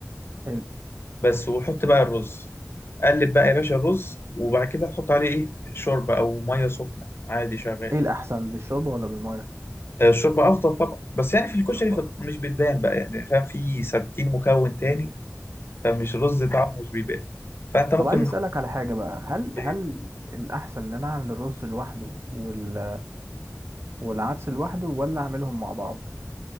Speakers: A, on the right; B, on the left.
A: حلو
B: بس وحط بقى الرز قلب بقى يا باشا الرز وبعد كده تحط عليه ايه شوربه او ميه سخنه عادي شغال
A: ايه الاحسن بالشوربه ولا بالميه
B: آه، الشوربة أفضل طبعا بس يعني في الكشري
A: الشوربه
B: فت-
A: أكتر.
B: مش بتبان بقى يعني فاهم في 60 مكون تاني
A: مم.
B: فمش رز طعمه مش بيبان فأنت ممكن
A: طب عايز اسالك على حاجه بقى هل
B: إيه،
A: هل الاحسن ان انا اعمل الرز لوحده وال... والعدس لوحده ولا اعملهم مع بعض